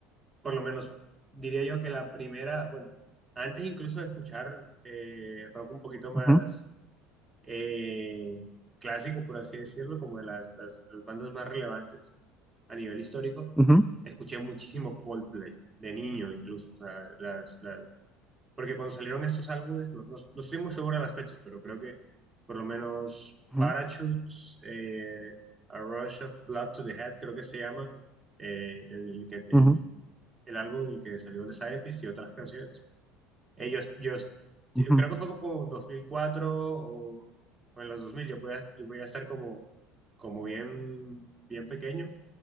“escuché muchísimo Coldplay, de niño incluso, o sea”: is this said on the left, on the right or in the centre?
Right